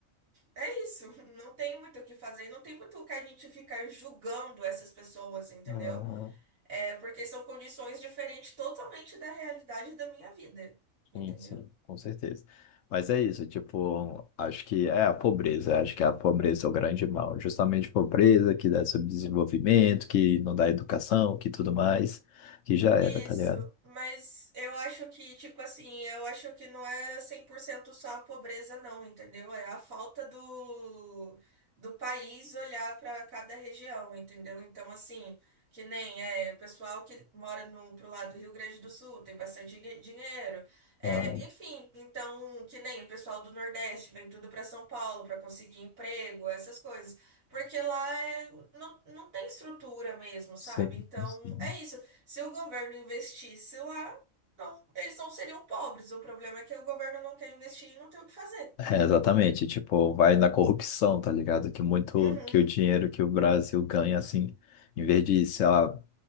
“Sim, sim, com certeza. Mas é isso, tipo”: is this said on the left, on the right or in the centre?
Left